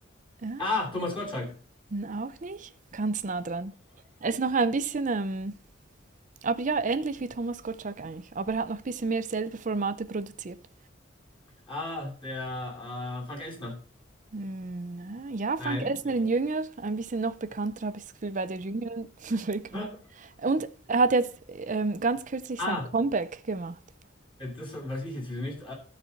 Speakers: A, on the right; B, on the left.
A: äh,
B: Ah, Thomas Gottschalk.
A: auch nicht? Ganz nah dran. Er ist noch ein bisschen, ähm, aber ja, ähnlich wie Thomas Gottschalk eigentlich. Aber er hat noch ein bisschen mehr selber Formate produziert.
B: Ah, der äh, Frank Elstner.
A: Hm, na, ja,
B: Nein.
A: Frank Elsner in Jünger, ein bisschen noch bekannter, habe ich das Gefühl, bei der jüngeren <laughs> Bevölkerung.
B: <laughs>
A: Und er hat jetzt ähm, ganz kürzlich
B: Ah,
A: sein Comeback gemacht.
B: Ja, Das weiß ich jetzt wieder nicht. Äh,